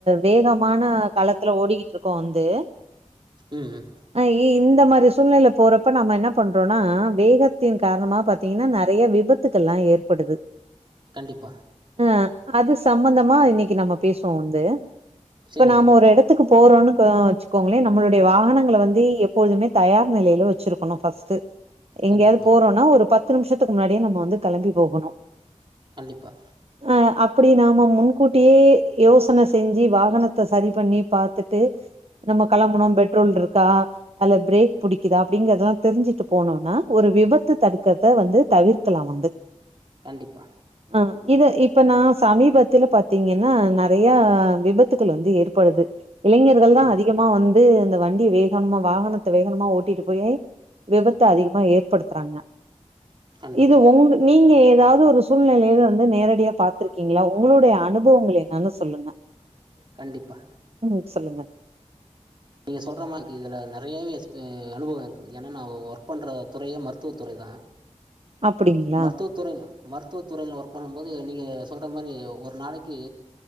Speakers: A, on the right; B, on the right.
A: வேகமான காலத்துல ஓடிக்கிட்டு இருக்கோ வந்து
B: ம் ம்
A: ஆ இ இந்த மாரி சூழ்நிலைல போறப்ப நம்ம என்ன பண்றோன்னா வேகத்தின் காரணமா பாத்தீங்கன்னா நெறைய விபத் துக்கல்லா ஏற்படுது
B: கண்டிப்பா
A: ஆ அது சம்மந்தமா இன்னக்கி நம்ம பேசுவோ வந்து இப்ப
B: சரிங்கம்மா
A: நாம ஒரு இடத் துக்கு போறோன்னு க வச்சுக்கோங்களே நம்மளுடைய வாகனங்கள வந்து எப்பொழுதுமே தயார் நிலையில வச்சிருக்கணு ஃபர்ஸ்ட் எங்கயாது
B: கண்டிப்பா
A: போறோன்னா ஒரு பத்து நிமிஷத்துக்கு முன்னாடியே நம்ம வந்து கெளம்பி போகணு
B: கண்டிப்பா
A: ஆ அப்டி நாம முன்கூட்டியே யோசன செஞ்சு வாகனத்த சரி பண்ணி பாத்துட்டு நம்ம கெளம்பணு பெட்ரோல் இருக்கா அதுல பிரேக் புடிக்குதா அப்டிங்குறதெல்லா தெரிஞ்சுட்டு போனோன்னா ஒரு விபத்து தடுக்கறத வந்து தவிர்க்கலா வந்து
B: கண்டிப்பா
A: ஆ இத இப்ப நா சமீபத்துல பாத்தீங்கன்னா நெறையா விபத்துகள் வந்து ஏற்படுது இளைஞர்கள் தா
B: ம்
A: அதிகமா வந்து இந்த வண்டிய வேகனமா வாகனத்த வேகனமா ஓட்டிட்டு போய் விபத்த அதிகமா ஏற்படுத்துறாங்க
B: கண்டிப்பா
A: இது ஒங் நீங்க ஏதாவது ஒரு சூழ்நிலையில வந் து நேரடியா பாத்திருக்கீங்களா உங்களுடைய அனுபவங்கள் என்னன்னு சொல்லுங்க
B: கண்டிப்பா
A: ம் சொல்லுங்க
B: நீங்க சொல்ற மாரி எனக்கு இதுல நிறையவே எக்ஸ்பிரி அனுபவோ இருக்குது ஏன்னா நா ஒர்க் பண்ற துறையே மருத்துவத்துறை தா
A: அப்டிங்களா?
B: மருத்துவத் துறைல மருத்துவ துறையில ஒர்க் பண்ணம் போது நீங்க சொல்ற மாரி ஒரு நாளக்கி